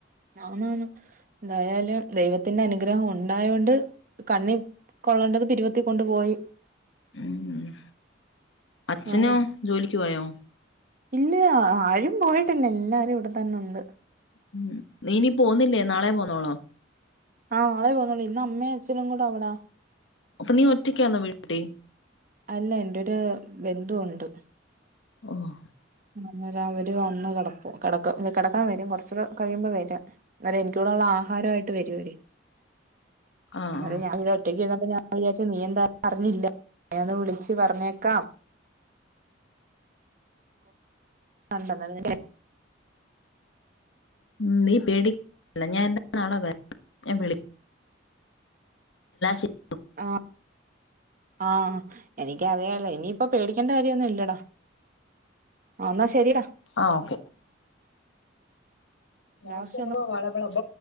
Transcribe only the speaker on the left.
ഉ അച്ഛനോ
ജോലിക്ക് പോയോ?
ഉം നീ ഇനി പോന്നില്ലേ നാളെ പോന്നോളോ
അപ്പൊ നീ ഒറ്റക്കാന്നോ വീട്ടി
ഓഹ്
ആഹ്
ആഹ്.
ഉം നീ പേടിക്ക ഞാൻ എന്താ നാളെ വരാ ഞാൻ വിളി
ശരി.
ആ ഓക്കെ ഞ
ച
വാളബളബ